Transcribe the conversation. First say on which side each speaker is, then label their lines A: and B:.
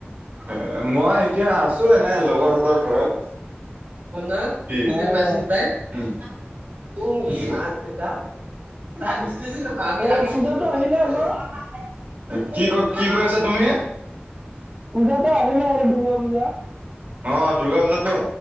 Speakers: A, on the right (about 50°); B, on the right (about 25°).
A: এ মই এতিয়া আছো এনে লগৰ হঁতৰ ঘৰত। <unintelligible>
B: অ',
A: <inaudible> <unintelligible>
B: এই পূজাতো আহিলে আকৌ।
A: কি ক কি কৈ আছা তুমি?
B: পূজাতো আহিলে আৰু দুৰ্গা পূজা।
A: অ দুূৰ্গা পূজাতো